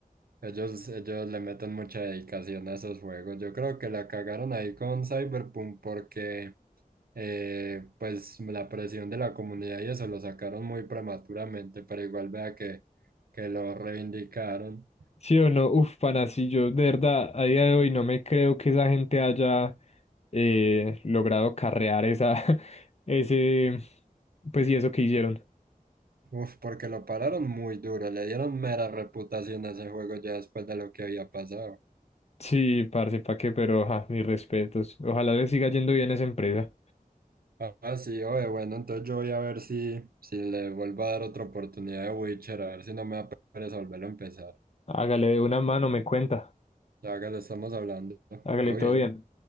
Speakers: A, on the right (about 80°); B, on the left (about 45°).
A: Ellos, ellos le meten mucha dedicación a esos juegos. Yo creo que la cagaron ahí con Cyberpunk porque eh, pues la presión de la comunidad y eso lo sacaron muy prematuramente, pero igual vea que, que lo reivindicaron.
B: Sí o no, uf, pana, sí, yo de verdad a día de hoy no me creo que esa gente haya eh, logrado carrear esa, <laughs> ese, pues y eso que hicieron.
A: Uf, porque lo pararon muy duro, le dieron mera reputación a ese juego ya después de lo que había pasado.
B: Sí, parce, pa' qué, pero ja, mis respetos. Ojalá le siga yendo bien a esa empresa.
A: Ah, sí, oye, bueno, entonces yo voy a ver si, si le vuelvo a dar otra oportunidad de Witcher, a ver si no me da pereza volverlo a empezar.
B: Hágale de una mano, me cuenta.
A: Ya que le estamos hablando,
B: Hágale
A: todo
B: todo
A: bien.
B: bien.